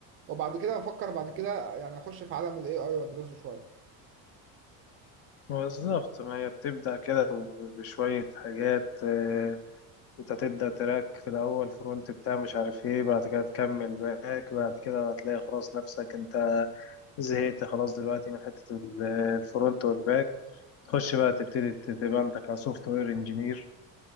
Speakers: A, on the right; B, on the left.
A: وبعد كده افكر بعد كده يعني اخش في عالم الاي اي وادرسه شويه
B: بالظبط ما هي بتبدا كده بشويه حاجات آه، انت تبدا تراك في الاول فرونت بتاع مش عارف ايه بعد كده تكمل باك بعد كده هتلاقي خلاص نفسك انت زهقت خلاص دلوقتي من حتة ال- الفرونت والباك تخش بقى تبتدي ت- تبقى انت كسوفت وير انجينير